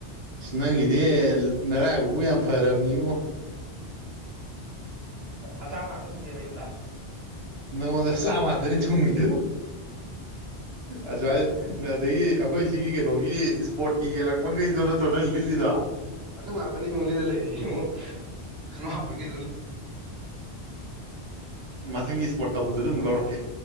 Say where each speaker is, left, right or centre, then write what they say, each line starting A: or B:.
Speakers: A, on the right; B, on the right.
A: ꯅꯪꯒꯤꯗꯤ ꯅꯔꯥꯏꯕꯛꯕꯨ ꯌꯥꯝ ꯐꯔꯕꯅꯤ ꯏꯉꯣ
B: ꯑꯆꯥꯕ ꯉꯥꯛꯇ ꯊꯨꯡꯉꯦꯕ ꯑꯩꯉꯣꯟꯗ
A: ꯅꯉꯣꯟꯗ ꯆꯥꯃꯇꯅꯤ ꯊꯨꯡꯉꯗꯣ ꯑꯁꯏ ꯑꯗꯒꯤ ꯑꯩꯈꯣꯏ ꯁꯤꯒꯤ ꯀꯩꯅꯣꯒꯤ ꯏꯁꯄꯣꯔꯠꯀꯤ ꯌꯦꯛꯂꯛꯄꯈꯩꯗꯣ ꯅꯠꯇ꯭ꯔꯣ ꯅꯪ ꯂꯤꯠꯂꯤꯗ
B: ꯑꯗꯨ ꯉꯥꯛꯇꯅꯤ ꯍꯤꯡꯉꯣꯜꯂꯤꯅ ꯂꯩꯔꯤ ꯌꯦꯡꯉꯣ ꯈꯪꯥꯎꯕ ꯀꯩꯗꯧ
A: ꯃꯊꯪꯒꯤ ꯏꯁꯄꯣꯔꯠ ꯇꯧꯕꯗꯨꯁꯨ ꯑꯃꯨꯛ ꯂꯧꯔꯛꯀꯦ